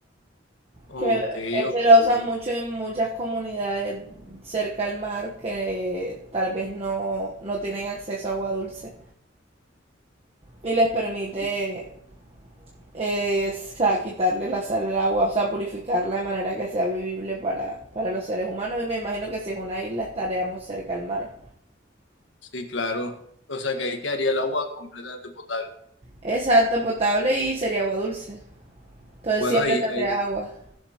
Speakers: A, on the left; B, on the right.
A: Ok,
B: Que
A: ok.
B: se lo usan mucho en muchas comunidades cerca al mar que tal vez no, no tienen acceso a agua dulce y les permite eh, o sea, quitarle la sal al agua, o sea, purificarla de manera que sea vivible para, para los seres humanos. Y me imagino que si es una isla estaríamos cerca al mar.
A: Sí, claro. O sea que ahí quedaría el agua completamente potable.
B: Exacto, potable y sería agua dulce. Entonces
A: Bueno,
B: siempre
A: ahí,
B: tendrías
A: ahí,
B: agua.